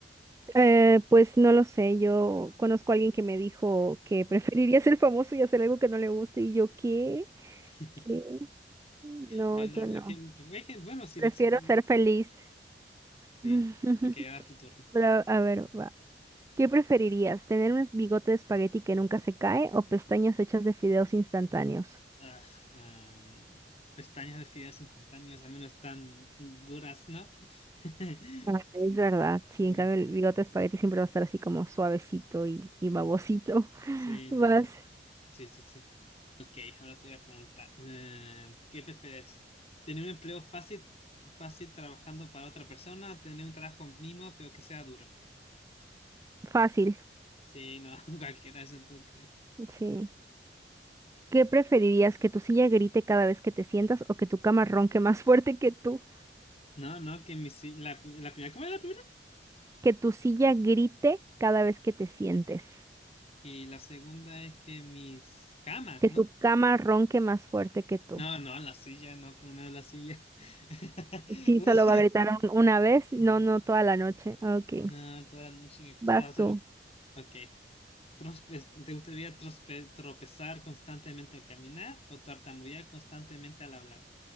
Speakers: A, on the right; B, on the left.
A: Eh, pues no lo sé, yo conozco a alguien que me dijo que <laughs> preferiría ser famoso y hacer algo que no le guste y yo, ¿qué?
B: <laughs>
A: ¿Qué? No,
B: Bueno,
A: yo
B: la
A: no.
B: gente... bueno, sí,
A: Prefiero
B: supongo.
A: ser feliz.
B: Sí.
A: <laughs>
B: Ok, ahora es tu turno.
A: Pero, a ver, va. ¿Qué preferirías? ¿Tener un bigote de espagueti que nunca se cae o pestañas hechas de fideos instantáneos?
B: ah, ah, pestañas de fideos instantáneos, al menos tan duras, ¿no? <laughs>
A: Ah, es verdad, sí,
B: Sí,
A: en cambio el bigote de espagueti siempre va a estar así como suavecito y, y babosito. <laughs>
B: sí, no.
A: Más
B: Sí, sí, sí. Ok, ahora te voy a preguntar, eh, ¿qué prefieres? ¿Tener un empleo fácil, fácil trabajando para otra persona o tener un trabajo mínimo pero que sea duro?
A: fácil,
B: Sí, no, <laughs> cualquiera es que...
A: sí. ¿Qué preferirías? ¿Que tu silla grite cada vez que te sientas o que tu cama ronque más fuerte que tú?
B: No, no, que mis... hi- La, pri- la primera, ¿cómo era la primera?
A: Que tu silla grite cada vez que te sientes.
B: Y la segunda es que mis camas,
A: Que
B: ¿no?
A: tu cama ronque más fuerte que tú.
B: No, no, la silla, no, por lo menos la silla. <laughs>
A: Sí,
B: La
A: solo
B: silla.
A: va a gritar un- una vez, no,
B: Mm,
A: no toda la noche. Ok,
B: No, toda la noche. o sea,
A: vas
B: hacer-
A: tú,
B: Ok. Trospe- ¿Te gustaría trospe- tropezar constantemente al caminar o tartamudear constantemente al hablar?